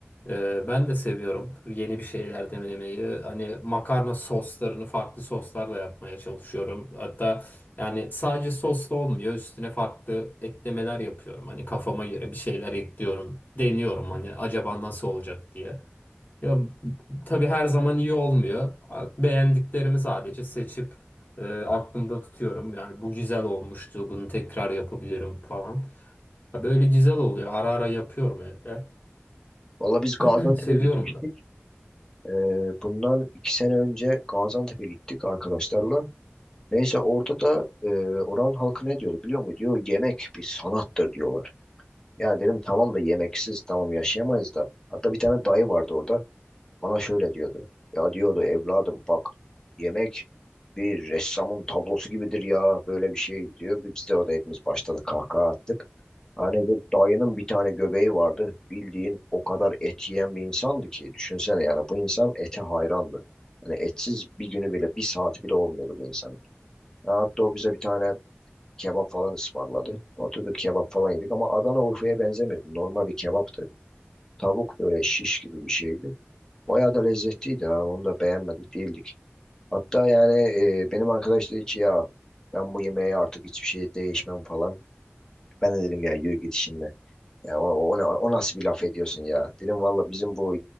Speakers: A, on the left; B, on the left.
A: Ee, ben de seviyorum yeni bir şeyler denemeyi. Hani makarna soslarını farklı soslarla yapmaya çalışıyorum. Hatta yani sadece soslu olmuyor. Üstüne farklı eklemeler yapıyorum. Hani kafama göre bir şeyler ekliyorum. Deniyorum hani acaba nasıl olacak diye. Ya tabii her zaman iyi olmuyor. Beğendiklerimi sadece seçip e, aklımda tutuyorum. Yani bu güzel olmuştu, bunu tekrar yapabilirim falan. Ya böyle güzel oluyor. Ara ara yapıyorum evde.
B: Valla biz Gaziantep'e
A: <clears throat> Seviyorum
B: gitmiştik.
A: da.
B: E, bundan iki sene önce Gaziantep'e gittik arkadaşlarla. Neyse orada da e, oranın halkı ne diyordu biliyor musun? Diyor yemek bir sanattır diyorlar. Ya dedim tamam da yemeksiz tamam yaşayamayız da. Hatta bir tane dayı vardı orada. Bana şöyle diyordu. Ya diyordu evladım bak yemek bir ressamın tablosu gibidir ya böyle bir şey diyor. Biz de orada hepimiz başladık kahkaha attık. Hani bu dayının bir tane göbeği vardı. Bildiğin o kadar et yiyen bir insandı ki. Düşünsene yani bu insan ete hayrandı. Yani etsiz bir günü bile bir saati bile olmuyordu bu insanın. Ya Hatta o bize bir tane kebap falan ısmarladı. Oturduk kebap falan yedik ama Adana Urfa'ya benzemiyordu. Normal bir kebaptı. Tavuk böyle şiş gibi bir şeydi. Bayağı da lezzetliydi ha. Onu da beğenmedik değildik. Hatta yani e, benim arkadaş dedi ki ya ben bu yemeğe artık hiçbir şey değişmem falan. Ben de dedim ya yürü git şimdi. Ya o, o, ne- o nasıl bir laf ediyorsun ya? Dedim valla bizim bu